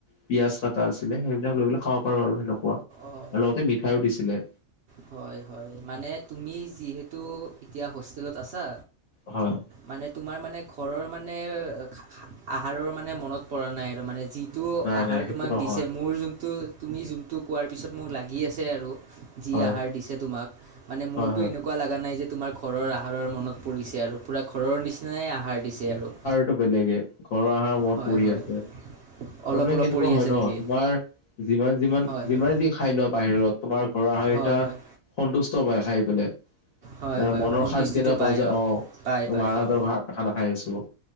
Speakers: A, on the left; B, on the right.
A: পিয়াজ কটা আছিলে, সেইবিলাক লৈ পেলাই খাওঁ পাৰো আৰু সেনেকুৱা আৰু
B: অঁ
A: লগতে মিঠাইও দিছিলে।
B: হয় হয়, মানে তুমি যিহেতু এতিয়া হোষ্টেলত আছা।
A: হয়।
B: মানে তোমাৰ মানে ঘৰৰ মানে আ আহাৰৰ মানে মনত পৰা নাই। আৰু মানে যি টো
A: নাই
B: আহাৰ
A: নাই সেইটো
B: তোমাক
A: নহয়
B: দিছে‌। মোৰ যোনটো তুমি যোনটো কোৱাৰ পিছত মোক লাগি আছে আৰু। যি
A: হয়
B: আহাৰ দিছে তোমাক মানে মোৰটো
A: হয় হয়
B: এনেকুৱা লগা নাই যে, তোমাৰ ঘৰৰ আহাৰৰ মনত পৰিছে আৰু। পূৰা ঘৰৰ নিচিনাই আহাৰ দিছে আৰু।
A: ত বেলেগে ঘৰৰ আহাৰ মত
B: হয়
A: পৰি
B: হয়
A: আছে।
B: অলপ
A: তাৰমানে
B: অলপ
A: কেনেকুৱা
B: পৰি
A: হয়
B: আছে
A: ন।
B: নেকি
A: তোমাৰ যিমান যিমান
B: হয়
A: যিমানে
B: হয়
A: যি খাই লোৱা বাহিৰত তোমাৰ, ঘৰৰ অহাৰ
B: হয়
A: টা
B: হয়
A: সন্তুষ্ট পাই খাই পেলাই, <unintelligible>
B: হয় হয়
A: মনৰ
B: হয় সন্তুষ্টিটো
A: শান্তি এটা
B: পায়
A: পাও, যে
B: অঁ
A: অ
B: পায় পায়
A: মা হতৰ
B: অঁ
A: খানা খাই আছো।